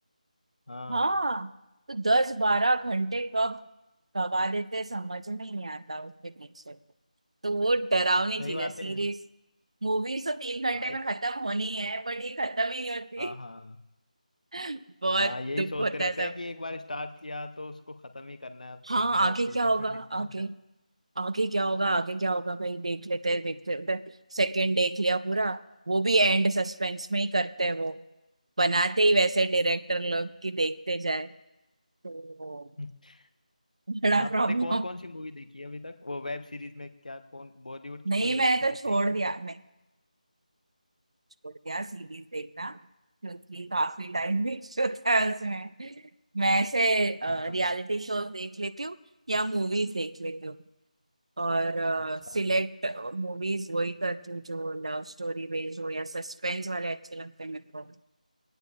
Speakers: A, on the left; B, on the right.
A: हाँ
B: हाँ तो दस बारह घंटे कब गवा देते समझ में नहीं आता उसके पीछे तो वो डरावनी
A: सही
B: चीज
A: बात
B: है सीरीज
A: है
B: मूवीज तो तीन घंटे
A: हाँ एक-
B: में खत्म होनी है बट ये खत्म ही नहीं होती
A: हाँ हाँ
B: <laughs> बहुत
A: हाँ यही
B: दुख
A: सोचते
B: होता
A: रहते
B: है सब
A: हैं कि एक बार स्टार्ट किया तो उसको खत्म ही करना है अब
B: हाँ
A: कोई भी
B: आगे
A: वेब सीरीज
B: क्या होगा
A: अपन ने स्टार्ट
B: आगे आगे क्या होगा आगे क्या होगा भाई देख लेते हैं देखते हैं सेकंड देख लिया पूरा वो भी एंड सस्पेंस में ही करते हैं वो बनाते ही वैसे डायरेक्टर लोग कि देखते जाए तो वो
A: कर <laughs>
B: बड़ा
A: आपने
B: प्रॉब्लम
A: कौन कौन सी मूवी देखी है अभी तक वो वेब सीरीज में क्या कौन बॉलीवुड
B: नहीं
A: की कोई वेब
B: मैंने
A: सीरीज
B: तो छोड़
A: देखी
B: दिया
A: है
B: मैं छोड़ दिया सीरीज देखना क्योंकि काफी टाइम वेस्ट होता है उसमें मैं ऐसे रियलिटी
A: हाँ हाँ
B: शोज देख लेती हूँ या मूवीज देख लेती हूँ और
A: अच्छा
B: सिलेक्ट मूवीज वही करती हूँ जो लव स्टोरी बेस्ड हो या सस्पेंस वाले अच्छे लगते हैं मेरे को